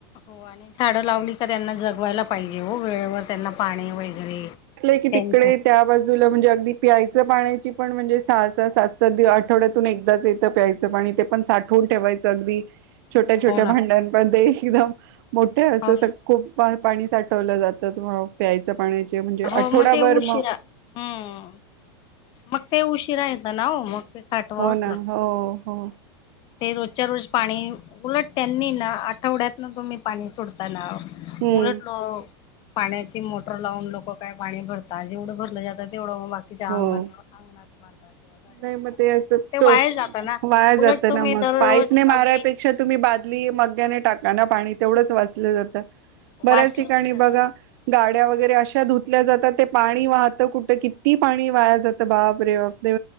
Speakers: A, on the left; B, on the right.
A: हो. आणि झाडं लावली का त्यांना जगवायला पाहिजे हो वेळेवर त्यांना पाणी वगैरे.
B: <unintelligible> की
A: त्यांच
B: तिकडे- त्या बाजूला म्हणजे अगदी प्यायचं पाण्याची पण म्हणजे सहा सहा सात सात दि, आठवड्यातून एकदाच येत. प्यायचं पाणी ते पण साठवून ठेवायचं अगदी.
A: हो
B: छोट्या छोट्या
A: ना
B: भांड्यांमध्ये, पण ते एकदम मोठे असं-
A: हो ना
B: खूप पाणी साठवलं जातं. हो प्यायच्या पाण्याचे. म्हणजे आठवडाभर
A: हो मग ते उशिरा
B: मग-
A: हम्म. मग ते उशीरा येत ना हो. मग ते- साठवावंच
B: हो ना
A: लागतं.
B: हो हो
A: ते रोजच्या रोज पाणी. उलट त्यांनी ना आठवड्यात ना तुम्ही पाणी सोडता ना?
B: हम्म
A: उलट पाण्याची मोटर लावून लोक- काय पाणी भरतात. जेवढं भरलं जात तेवढं. म बाकीच अंगण
B: हो
A: अंगणात मारतात. किंवा गाड्या
B: नाही
A: धुतात
B: मग ते अस. ते
A: वाया जात ना
B: वाया
A: उलट
B: जात
A: तुम्ही
B: ना मग?
A: दररोज
B: पाईपणे
A: अगदी
B: मारायपेक्षा मग - तुम्ही बादली मग्याने टाका ना पाणी. तेवढंच वाचलं जातं. बऱ्याच
A: वाचलं
B: ठिकाणी
A: पण जात
B: बघा गाड्या वगैरे अशा ल्या जातात ते पाणी वाहतं कुठं किती पाणी वाया जातं बाप रे बाप दे